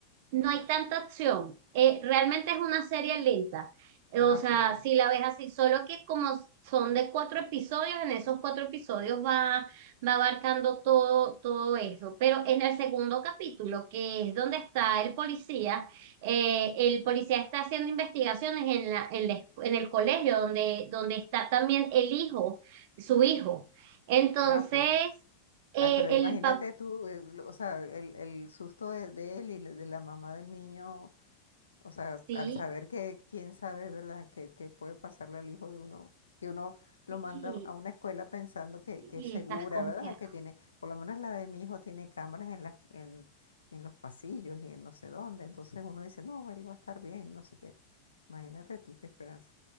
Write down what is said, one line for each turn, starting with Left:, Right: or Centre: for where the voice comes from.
Right: no hay tanta acción. Eh, realmente es una serie lenta. Eh,
Left: ah,
Right: o sea,
Left: ok,
Right: si la ves así, solo que como son de cuatro episodios, en esos cuatro episodios va, va abarcando todo, todo eso. Pero en el segundo capítulo, que es donde está el policía, eh, el policía está haciendo investigaciones en la, en la escu- en el colegio, donde, donde está también el hijo, su hijo. Entonces,
Left: ah, ok.
Right: eh,
Left: Ay, pero
Right: el
Left: imagínate
Right: papá,
Left: tú, eh, lo- o sea, el, el susto de, de él y le- de la mamá del niño O sea,
Right: sí,
Left: al saber que quién sabe, ¿verdad?, que, que puede pasarle al hijo de uno, que uno lo
Right: sí,
Left: manda a una escuela pensando que,
Right: y
Left: que es segura,
Right: estás confiado.
Left: ¿verdad? Que tiene, por lo menos la de mi hijo tiene cámaras en las, en, en los pasillos y en no sé dónde. Entonces uno dice, no, él va a estar bien, no sé qué. Imagínate tú qué esperanza.